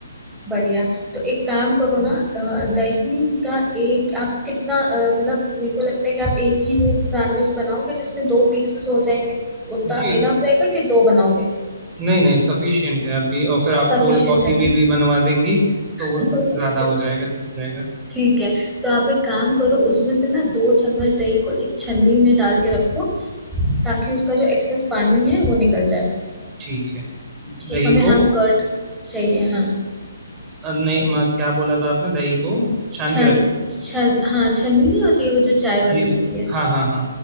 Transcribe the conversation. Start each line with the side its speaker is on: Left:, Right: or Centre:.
Centre: बढ़िया तो एक काम करो ना अ, दही का एक आपको कितना अ, मतलब मेरे को लगता है कि आप एक ही वो सैंडविच बनाओगे जिसमें दो पीसेस हो जाएंगे उतना
Right: जी
Centre: इनफ रहेगा कि दो बनाओगे
Right: नहीं नहीं सफिशियंट है अभी और फिर आप
Centre: सफिशिएंट
Right: कोल्ड कॉफी
Centre: है
Right: भी, भी बनवा देंगी तो वो
Centre: ना <laughs>
Right: ज़्यादा हो जाएगा ठीक रहेगा
Centre: ठीक है तो आप एक काम करो उसमें से ना दो चम्मच दही को एक छन्नी में डाल के रखो ताकि उसका जो एक्सेस पानी है वो निकल जाए
Right: ठीक है दही
Centre: एक हमें
Right: को
Centre: हम कर्ड चाहिए हाँ
Right: अ, नहीं मैं क्या बोला था आपने दही को छान
Centre: छन
Right: के रख
Centre: छन हाँ छन्नी नहीं होती है वो जो चाय वाली
Right: जी
Centre: होती है
Right: हाँ हाँ हाँ